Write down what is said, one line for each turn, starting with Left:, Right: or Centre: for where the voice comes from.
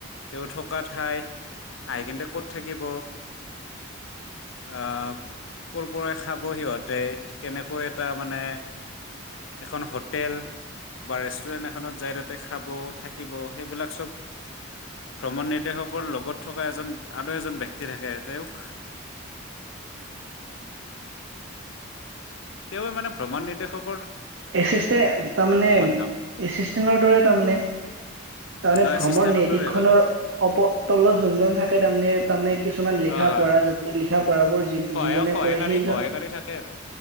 Left: তেওঁ থকা ঠাই আহি কেনে ক'ত থাকিব আহ, কৰ পৰা খাব সিহঁতে, কেনেকৈ এটা মানে এখন হোটেল বা ৰেষ্টুৰেণ্ট এখনত যাই তাতে খাব, থাকিব, সেইবিলাক চব ভ্ৰমণ নিৰ্দেশকৰ লগত থকা এজন আৰু এজন ব্যক্তি থাকে তেওঁক, তেওঁৱে মানে ভ্ৰমণ নিদেশক,
Right: এচিষ্টে তাৰমানে,
Left: কাম
Right: এচিষ্টেণ্টৰ দৰে তাৰমানে। তাৰমানে
Left: আহ
Right: ভ্ৰমণ
Left: এচিষ্টেণ্টৰ
Right: নিৰ্দক্ষনৰ
Left: দৰে আৰু কাম
Right: অপ- তলত যোনজন থাকে তাৰমানে- তাৰমানে, কিছুমান লিখা
Left: হয়
Right: পৰা
Left: হয়
Right: জাতি লিখা, পঢ়াবোৰ যি
Left: সহায়ক-
Right: যিজনে
Left: সহায়কাৰী
Right: কৰে সেইজন
Left: -সহায়কাৰী থাকে আৰু